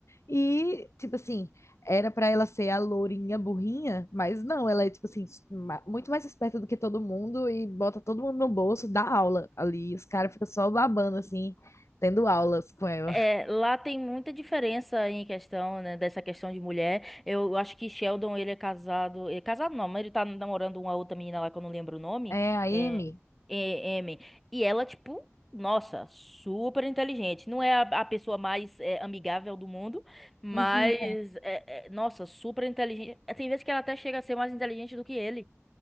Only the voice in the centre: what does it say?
É,
lá tem muita diferença em questão, né, dessa questão de mulher. Eu acho que Sheldon, ele é casado. é casado não, mas ele tá namorando uma outra menina lá que eu não lembro o nome.
É, é, Amy. E ela, tipo, nossa, super inteligente. Não é a, a pessoa mais é, amigável do mundo, mas,
é, é, nossa, super inteligente. É, Tem vezes que ela até chega a ser mais inteligente do que ele.